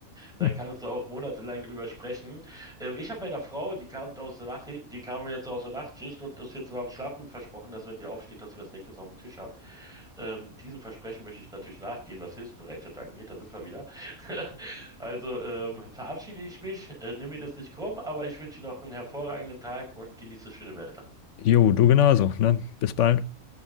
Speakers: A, in the centre; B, on the left.
A: da
B: <laughs>
A: kannst du auch monatelang drüber sprechen. Ähm, ich habe meiner Frau, die kam aus der Nacht, die kam jetzt aus der Nachtschicht und ist jetzt noch am Schlafen versprochen, dass wenn sie aufsteht, dass sie was Leckeres auf dem Tisch hat. Ähm, diesem Versprechen möchte ich natürlich nachgehen, was Hilfsbereitschaft angeht. Da sind wir wieder. <laughs> Also ähm, verabschiede ich mich, äh, nimm mir das nicht krumm, aber ich wünsche dir noch einen hervorragenden Tag und genieße das schöne Wetter.
B: Jo, du genauso, ne? Bis bald.